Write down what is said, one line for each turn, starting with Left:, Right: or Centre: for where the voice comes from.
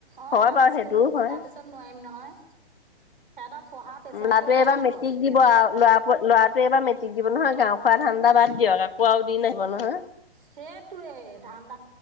Right: অ
Left: হয় বাৰু
Right: স্কুল
Left: সেইটোও হয়।
Right: খোলাৰ পিছত নোৱাৰিম নহয় সিহঁতৰ পঢ়া প্ৰেছাৰ
Left: লৰিটোৱে
Right: পৰিব
Left: এবাৰ
Right: নাই
Left: মেট্ৰিক
Right: বাৰু তেতিয়া।
Left: দিব আও ল'ৰা <unintelligible> লৰাটোৱে এবাৰ মেট্ৰিক দিব নহয় গাঁও খোৱা ধান্দা বাদ দিয়ক আকৌ আ দিন নাহিব নহয়
Right: সেইটোৱে ধান্দাত